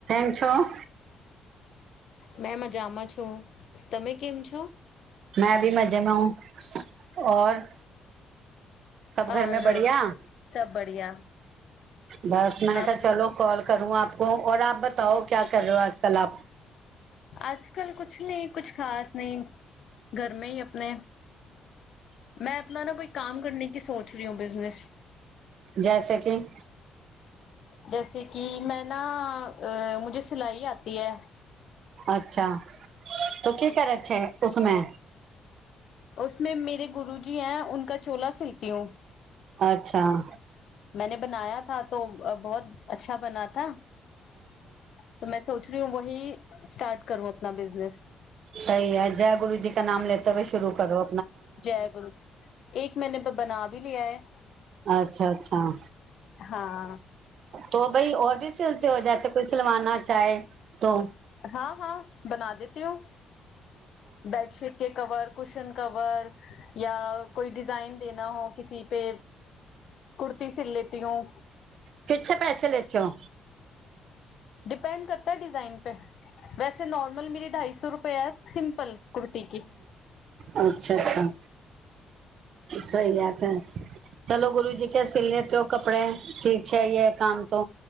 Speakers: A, on the right; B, on the left.
A: <unintelligible> છો
B: મે મજામાં છું તમે કેમ છો?
A: મેં ભી મજેમાં હું ઓર સબ ઘર
B: ઓર
A: મે બઢિયા?
B: સબ બઢિયા
A: બસ મે
B: આપ
A: ચલો કોલ કરું આપકો આપ બતાઓ ક્યા કર રહે હો આજકાલ આપ?
B: આજકાલ કુછ નહી કુછ ખાસ નહી. ઘરમે હી આપને મેં આપના ના કોઈ કામ કરવા કે સોચ રહી હું બિઝનેસ.
A: જેસે કી?
B: જૈસે કે મેના અ મુજે સિલાઈ આતી હે.
A: અચ્છા તો કે કરે છે ઉમે.
B: ઓસમે મેરે ગુરુજી હૈ કા ચોલા સીલતી હું
A: અચ્છા.
B: મેને બનાયા થા તો બહોત અચ્છા બના થા. તો મેં સોચ રહી હું વહી સ્ટાર્ટ કરું આપના બિઝનેસ
A: સહી હ જય ગુરુજી કા નામ લેતે હય શરૂ કરો.
B: જય ગુરુ એક મેને બના ભ લયા હૈ.
A: અચ્છા અચ્છા.
B: હા.
A: તો ભાઈ ભી સલતી હો જસે કોઈ સલવના ચાહે તો
B: હા હા બના દેતી હું બેડશીટ કે કબર કુશન કબર યા કોઈ ડિઝાઇન દેના હો કસી પે કુર્તી સલ લેતી હું
A: કિતને પૈસે લેતે હો
B: ડિપેન્ડ કરતા ડિઝાઇન પે વેસે નોર્મલ મેરી ઢાઈસો રૂપે સિમ્પલ કુર્તી ક
A: અચ્છા અચ્છા સહી ચાલો ગરુજી કે સીલ લતો હો કપડે ઠી છે, એ કામ તો